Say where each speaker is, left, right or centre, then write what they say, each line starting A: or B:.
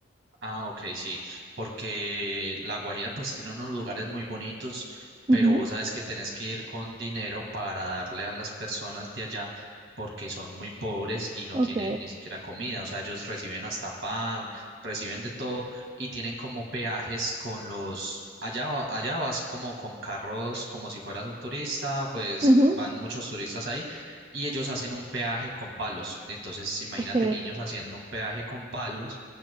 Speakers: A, on the right; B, on the right.
A: Ah, ok, sí, porque La Guajira pues tiene unos lugares muy bonitos, pero
B: Ujú,
A: vos sabes que tenés que ir con dinero para darle a las personas de allá porque son muy pobres y no
B: Ok,
A: tienen ni siquiera comida, o sea, ellos reciben hasta pan, reciben de todo y tienen como peajes con los... Allá, va- allá vas como con carros, como si fueras un turista, pues
B: ujú,
A: van muchos turistas ahí y ellos hacen un peaje con palos. Entonces, imagínate
B: ok,
A: niños haciendo un peaje con palos